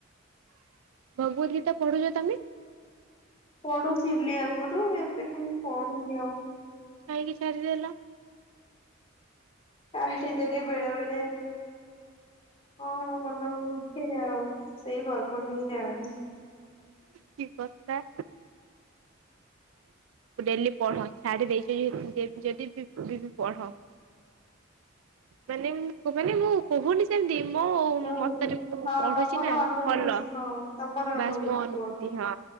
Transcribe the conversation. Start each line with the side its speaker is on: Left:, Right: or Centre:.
Right: ଭଗବତୀ ଗୀତା ପଢୁଛ ତମେ।
Left: ପଢୁଥିଲି ଆଗରୁ ଏବେ କିନ୍ତୁ ପଢୁନି ଆଉ।
Right: କାହିଁକି ଛାଡ଼ିଦେଲ।
Left: ଛାଡ଼ି ଦେଲି ବେଳେ ବେଳେ କଣ ମନକୁ ସେ ଆଉ ସେଇ ଭଗବାନ ହିଁ ଜାଣନ୍ତି।
Right: କି କଥା। ଡ଼େଲି ପଢ଼ ଛାଡି ଦେଇଚ ଯଦି ପଢ଼। ମାନେ ମାନେ ମୁଁ କହୁନି ସେମିତି ମୁଁ
Left: ହୁଁ
Right: ମତରେ ମୁ
Left: ହଁ
Right: ପଢୁଛି
Left: ତମର
Right: ନା
Left: ଅନୁଭୂତି
Right: ଭଲ
Left: ହଁ ତମର
Right: ବାସ୍ ମୋ ଅନୁଭୂତି
Left: କୁହ
Right: ହଁ।